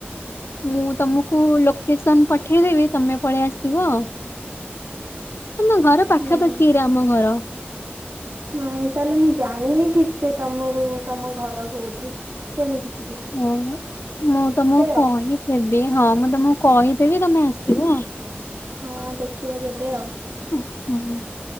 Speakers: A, on the left; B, on the right.
A: ମୁଁ ତମକୁ ଲୋକେସନ ପଠେଇଦେବି ତମେ ପଳେଇ ଆସିଥିବ ଅ ତମ ଘର ପାଖାପାଖିରେ
B: ନାଇଁ
A: ଆମ ଘର।
B: ନାଇଁ ତାହେଲେ ମୁଁ ଜାଣିନି ଠିକ ସେ ତମକୁ ତମ ଘର କୋଉଠି କେମିତି ଯି
A: ହଁ ମୁଁ ତମକୁ
B: ଆଉ
A: କହିଦେବି ହଁ ମୁଁ ତମକୁ କହିଦେବି ତମେ ଆସିବ
B: ହଁ ଦେଖିବା କେବେ ଆଉ।
A: ଆ ହୁଁ।